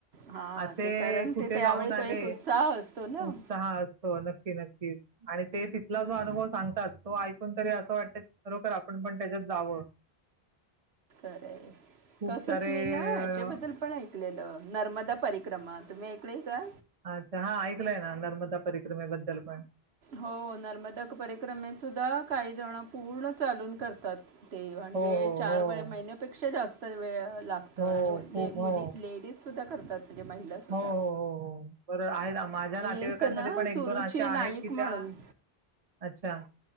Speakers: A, on the right; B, on the right.
A: हां
B: असे
A: ते कारण
B: कुठे
A: ते त्यावेळी
B: जाऊन आले
A: तो एक उत्साह असतो ना
B: उत्साह असतो. नक्की नक्कीच. आणि ते तिथला जो अनुभव सांगतात तो ऐकून तरी असं वाटतं. बरोखर आपण पण त्याच्यात जावं.
A: खरे
B: खूप
A: तसच
B: सारे
A: मी ना
B: अ,
A: हच्याबद्दल पण ऐकलेलं नर्मदा परिक्रमा. तुम्ही ऐकलय का?
B: अच्छा हा ऐकलंय ना. नर्मदा परिक्रमेबद्दल पण.
A: हो नर्मदा परिक्रमे सुद्धा काही जण पूर्ण चालून करतात. ते म्हणजे
B: हो, हो,
A: चार
B: हो.
A: महिन्यापेक्षा जास्त वेळ लागतो
B: हो,
A: आणि
B: खूप हो.
A: मुली लेडीज सुद्धा करतात म्हणजे महिलासुद्धा.
B: हो, हो, हो, हो. बरोबर आहे माझ्या नातेवाईकांमध्ये
A: एक ना
B: पण एक
A: सुरुची
B: दोन अशे आहेत
A: नाईक
B: की त्या,
A: म्हणून
B: अच्छा.